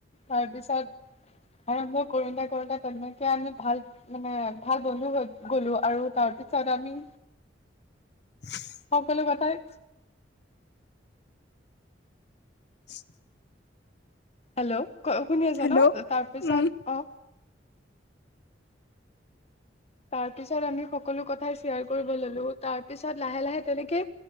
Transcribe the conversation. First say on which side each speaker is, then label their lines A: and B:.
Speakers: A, on the left; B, on the left.
A: তাৰ পিছত আৰম্ভ কৰোটে কৰোটে তেনেকে আমি ভাল মানে ভাল বন্ধু হৈ গ'লো আৰু তাৰ পিছত আমি
B: <unintelligible>
A: সকলোৱে কথাই
B: <unintelligible>
A: হেল্ল' শুনি আছা
B: হেল্ল'
A: ন তাৰপিছত
B: উম
A: অ তাৰ পিছত আমি সকলো কথাই শ্বেয়াৰ কৰিব ললো তাৰ পিছত লাহে লাহে তেনেকে